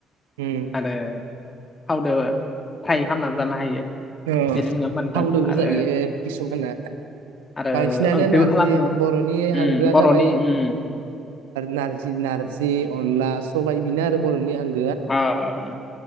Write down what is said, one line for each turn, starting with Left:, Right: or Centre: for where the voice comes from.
Right: उम
Left: आरो थावजों फ्राइ खालामनानैबो जानो हायो।
Right: अ
Left: बेनो नङा होमबा नोंथां
Right: थावदोबो
Left: आरो
Right: जायो किसुमाना
Left: आरो
Right: बांसिनानो
Left: ओंख्रिबो
Right: नारजि
Left: खालामो
Right: बर'नि
Left: उम
Right: आंगोआ
Left: बर'नि
Right: जाबाय
Left: उम
Right: नारजि नारजि अनला सबाइ बिनो आरो बर'नि आंगो
Left: अ उम